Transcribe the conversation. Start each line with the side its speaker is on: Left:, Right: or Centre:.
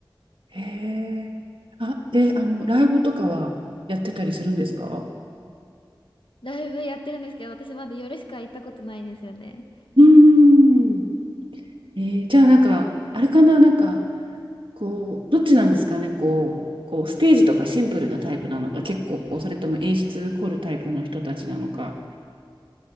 Right: へえ。あ、で、あの、ライブとかはやってたりするんですか
Left: ライブやってるんですけど、私まだ夜しか行ったことないんですよね。
Right: うーん。えーじゃあなんか、あれかな、なんか、こう、どっちなんですかね、こう、こうステージとかシンプルなタイプなのか、結構こう、それとも演出凝るタイプの人たちなのか。